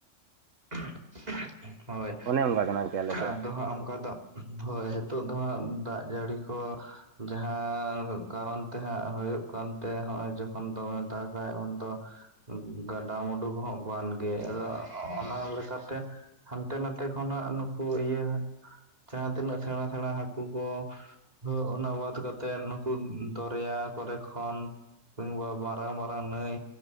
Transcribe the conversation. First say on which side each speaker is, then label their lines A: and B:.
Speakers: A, on the right (about 30°); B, on the right (about 85°).
A: <unintelligible> ᱦᱳᱭ
B: ᱚᱱᱮ ᱚᱱᱠᱟ ᱠᱟᱱᱟ ᱜᱚᱢᱠᱮ ᱟᱞᱮ ᱥᱮᱫ
A: ᱾ᱟᱫᱚ
B: ᱫᱚ
A: ᱦᱟᱸᱜ ᱚᱱᱠᱟ ᱫᱚ ᱦᱚᱭ᱾ᱱᱤᱛᱚᱜ ᱫᱚ ᱦᱟᱸᱜ ᱫᱟᱜ ᱡᱟᱹᱲᱤ ᱠᱚ ᱡᱟᱦᱟᱸ ᱠᱟᱨᱚᱱ ᱛᱮ ᱦᱟᱸᱜ ᱦᱩᱭᱩᱜ ᱠᱟᱱᱛᱮ ᱱᱚᱜᱼᱚᱭ ᱡᱚᱠᱷᱚᱱ ᱫᱚᱢᱮ ᱫᱟᱜᱟᱭ ᱩᱱᱫᱚ ᱜᱟᱰᱟ ᱢᱩᱰᱩ ᱠᱚ ᱦᱚᱸ ᱵᱟᱝ ᱜᱮ᱾ ᱟᱫᱚ ᱚᱱᱟ ᱞᱮᱠᱟᱛᱮ ᱦᱟᱱᱛᱮ ᱱᱟᱛᱮ ᱠᱷᱚᱱᱟᱜ ᱱᱩᱠᱩ ᱤᱭᱟᱹ ᱡᱟᱦᱟᱸ ᱛᱤᱱᱟᱹᱜ ᱥᱮᱲᱟ ᱥᱮᱲᱟ ᱦᱟᱹᱠᱩ ᱠᱚ ᱦᱳ, ᱚᱱᱟ ᱵᱟᱫ ᱠᱟᱛᱮᱜ ᱱᱩᱠᱩ ᱫᱚᱨᱭᱟ ᱠᱚᱨᱮ ᱠᱷᱚᱱ ᱠᱤᱝᱵᱟ ᱢᱟᱨᱟᱝ ᱢᱟᱨᱟᱝ ᱱᱟᱹᱭ